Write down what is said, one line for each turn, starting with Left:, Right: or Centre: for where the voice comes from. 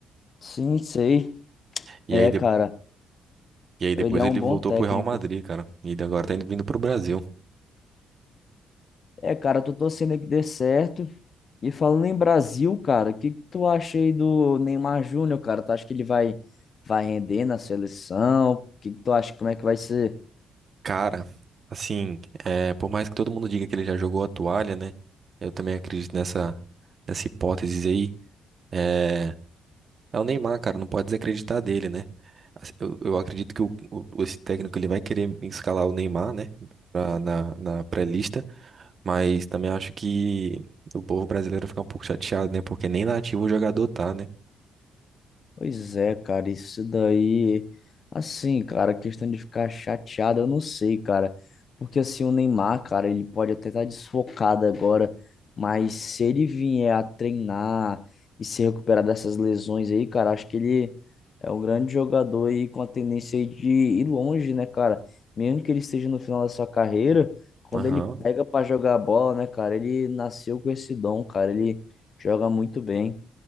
Left: Sim, sei.
Right: E
Left: É,
Right: aí, de-
Left: cara,
Right: e aí
Left: ele
Right: depois
Left: é
Right: ele
Left: um bom
Right: voltou
Left: técnico.
Right: pro Real Madrid, cara. E ele agora tá indo, vindo pro Brasil.
Left: É, cara, tô torcendo aí que dê certo. E falando em Brasil, cara, o que que tu acha aí do Neymar Júnior, cara? Tu acha que ele vai vai render na seleção? O que que tu acha? Como é que vai ser?
Right: Cara, assim, é, por mais que todo mundo diga que ele já jogou a toalha, né? Eu também acredito nessa, nessa hipótese aí. É, É o Neymar, cara, não pode desacreditar dele, né? Assim, Eu, eu acredito que o, o- esse técnico ele vai querer escalar o Neymar, né? pra- na, na pré-lista, mas também acho que o povo brasileiro fica um pouco chateado, né? Porque nem nativo o jogador tá, né?
Left: Pois é, cara, isso daí, assim, cara, questão de ficar chateado, eu não sei, cara, porque assim, o Neymar, cara, ele pode até estar desfocado agora, mas se ele vier a treinar e se recuperar dessas lesões aí, cara, acho que ele é um grande jogador aí com a tendência aí de ir longe, né, cara? Mesmo que ele esteja no final da sua carreira, quando
Right: Aham.
Left: ele pega pra jogar bola, né, cara, ele nasceu com esse dom, cara, ele joga muito bem.